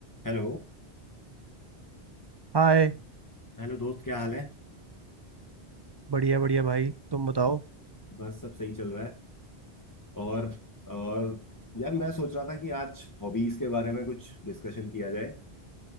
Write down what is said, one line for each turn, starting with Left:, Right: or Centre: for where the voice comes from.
Left: Hello
Right: हाय
Left: Hello दोस्त क्या हाल है
Right: बढ़िया बढ़िया भाई तुम बताओ
Left: बस सब सही चल रहा है और और यार मैं सोच रहा था कि आज हॉबीज के बारे में कुछ डिस्कशन किया जाए